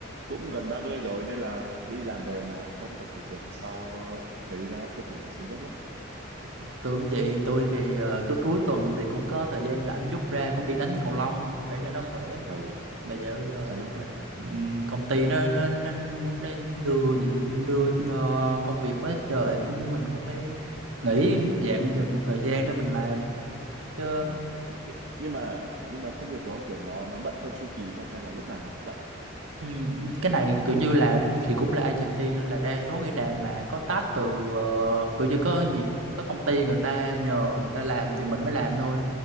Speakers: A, on the right; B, on the right.
A: cũng gần 30 rồi nên là đi làm về mà không tập thể dục sau thấy nó có thể là xuống dốc lắm
B: tôi cũng vậy tôi thì ờ, cứ cuối tuần thì cũng có thời gian rảnh rút ra cũng đi đánh cầu lông để cho nó khỏe
A: ừ.
B: bây giờ bây giờ
A: cho nó
B: thì
A: khỏe ừ.
B: ừm, công ty nó nó nó, nó đưa nhiệm đưa ờ, công việc quá trời cũng mình cũng phải nghỉ một dạng dần một thời gian để mình làm chứ
A: Ừ. Nh- nhưng mà nhưng mà công việc của ông kiểu nó nó bận theo chu kỳ không hay là lúc nào nó cũng bận
B: Ừ, ừ, cái này kiểu như là thì cũng là agency nên là đa số khi nào mà có task từ ờ, kiểu như có nhịp có công ty người ta nhờ người ta làm thì mình mới làm thôi